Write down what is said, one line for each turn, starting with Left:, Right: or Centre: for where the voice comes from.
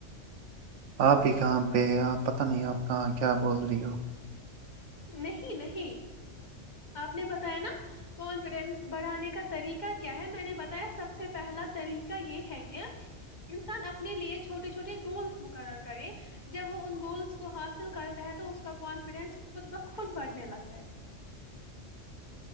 Right: آپ بھی کہاں پہ آپ پت نہیں آپ کہاں کیا بول رہی ہو؟
Left: نہیں نہیں آپ نے بتایا نا کانفیڈینس بڑھانے کا طریقہ کیا ہے میں نے بتایا سب سے پہلا طریقہ یہ ہے کہ انسان اپنے لیے چھوٹے چھوٹے گولس مقرر کرے جب وہ ان گولس کو حاصل کرتا ہے تو اس کا کانفیڈینس خود ب خود بڑھنے لگتا ہے